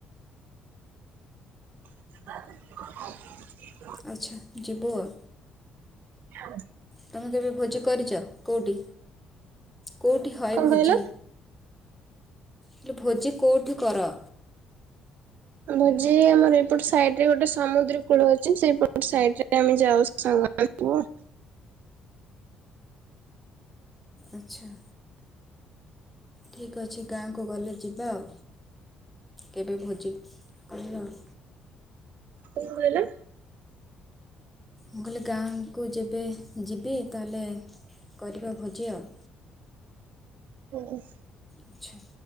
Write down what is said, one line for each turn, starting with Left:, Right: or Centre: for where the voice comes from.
Right: <unintelligible>
Centre: ଆଚ୍ଛା ଯିବୁ ଆଉ।
Right: ହଁ।
Centre: ତୁମେ କେବେ ଭୋଜି କରିଚ କଉଟି କଉଟି ହଏ
Right: କଣ
Centre: ଭୋଜି?
Right: କହିଲ?
Centre: ହେଲେ ଭୋଜି କୋଉଠି କର?
Right: ଭୋଜି ଆମର ଏଇପଟ ସାଇଟ ରେ ଗୋଟେ ସମୁଦ୍ର କୂଳ ଅଛି, ସେଇପଟ ସାଇଟ ରେ ଆମେ ଯାଉ। ସାଙ୍ଗ <unintelligible>
Centre: ଆଚ୍ଛା। ଠିକ୍ ଅଛି ଗାଁକୁ ଗଲେ ଯିବା ଆଉ, କେବେ ଭୋଜି କରିବା ଆଉ।
Right: କଣ କହିଲ?
Centre: ମୁଁ କହିଲେ ଗାଁକୁ ଯେବେ ଯିବି ତାହେଲେ କରିବା ଭୋଜି ଆଉ।
Right: ହୁଁ ଉଁହ୍।
Centre: ଆଚ୍ଛା।